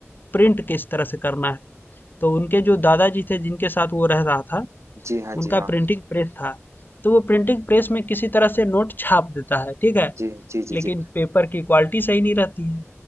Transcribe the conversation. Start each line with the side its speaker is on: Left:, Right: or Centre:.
Left: प्रिंट किस तरह से करना है तो उनके जो दादाजी थे जिनके साथ वो रह रहा था
Right: जी हाँ जी
Left: उनका
Right: हाँ
Left: प्रिंटिंग प्रेस था तो वो प्रिंटिंग प्रेस में किसी तरह से नोट छाप देता है ठीक है
Right: जी जी जी
Left: लेकिन
Right: जी
Left: पेपर की क्वालिटी सही नहीं रहती है